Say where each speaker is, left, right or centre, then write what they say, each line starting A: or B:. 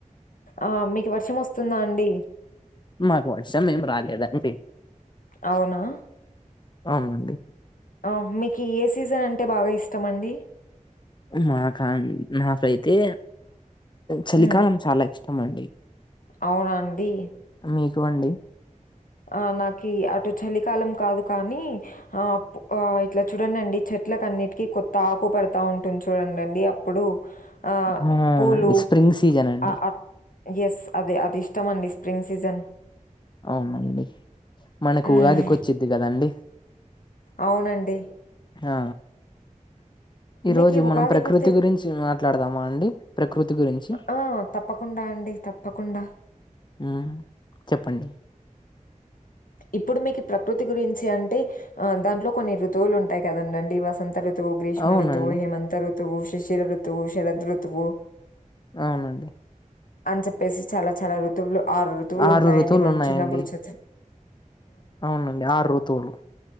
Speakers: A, on the left (about 90°); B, on the left (about 35°).
A: ఆ మీకు వర్షం వస్తుందా అండి
B: మాక్ వర్షం ఏం రాలేదు అండి
A: అవునా
B: అవునండి
A: ఆ మీకు ఏ సీజన్ అంటే బాగా ఇష్టం అండి
B: నాక అండి నాకైతే చలికాలం
A: హ్మ్
B: చాలా ఇష్టం అండి
A: అవునా అండి
B: మీకు అండి
A: ఆ నాకి అటు చలికాలం కాదు కానీ ఆప్ ఆ ఇట్లా చూడండండి చెట్లలకు అన్నిటికీ కొత్త ఆకు పడతా ఉంటుంది చూడండండి ఇప్పుడు ఆ
B: అవునండి
A: పూలు
B: స్ప్రింగ్ సీజన్ అండి
A: ఆ అ ఎస్ అదే అది ఇష్టమండి స్ప్రింగ్ సీజన్
B: అవునండి మనకు
A: హ్మ్.
B: ఉగాదికి వచ్చిద్ది కదండి
A: అవునండి
B: ఆ ఈ
A: మీకీ
B: రోజు
A: ఉగాది
B: మనం ప్రకృతి
A: కూడా తెల్
B: గురించి మాట్లాడదామా అండి ప్రకృతి గురించి
A: ఆ! తప్పకుండా అండి తప్పకుండా
B: ఊ చెప్పండి
A: ఇప్పుడు మీకు ప్రకృతి గురించి అంటే ఆ దాంట్లో కొన్ని ఋతువులు ఉంటాయి కదండండి వసంత ఋతు ఋతువు గ్రీష్మ
B: అవునండి
A: ఋతువు, హేమంత ఋతువు, శిశిర ఋతువు, శరద్ ఋతువు.
B: అవునండి
A: అని చెప్పేసి చాలా చాలా ఋతువులు ఆరు ఋతువులు
B: ఆరు
A: ఉంటాయండి
B: ఋతువులు
A: మనం
B: ఉన్నాయండి
A: చిన్నప్పుడు చచ
B: అవునండి ఆరు ఋతువులు